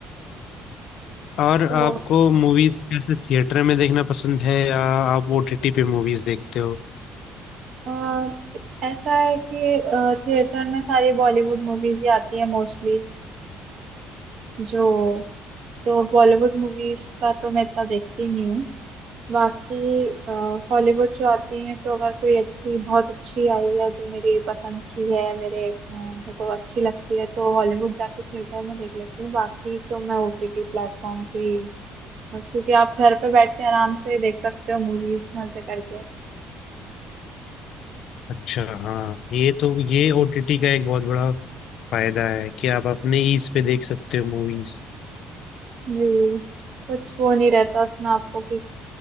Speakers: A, on the left; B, on the right.
A: और
B: तो
A: आपको मूवीज कैसे थिएटर में देखना पसंद है या आप ओटीटी पे मूवीज देखते हो
B: अ, थ- ऐसा है कि थिएटर में सारी बॉलीवुड मूवीज ही आती है मोस्टली जो जो बॉलीवुड मूवीज का तो मैं इतना देखती नहीं हूँ बाकी हॉलीवुड जो आती है तो अगर कोई अच्छी बहुत अच्छी आई है जो मेरी पसंद की है मेरे अ, मेरे को अच्छी लगती है तो हॉलीवुड जाके थिएटर में देख लेती हूँ बाकी तो मैं ओटीटी प्लेटफॉर्म से ही क्योंकि आप घर पे बैठ के आराम से देख सकते हो मूवीज मजे करके
A: अच्छा हाँ ये तो ये ओटीटी का एक बहुत बड़ा फायदा है कि आप अपने ईज पे देख सकते हो मूवीज
B: जी कुछ वो नहीं रहता उसमें आपको कि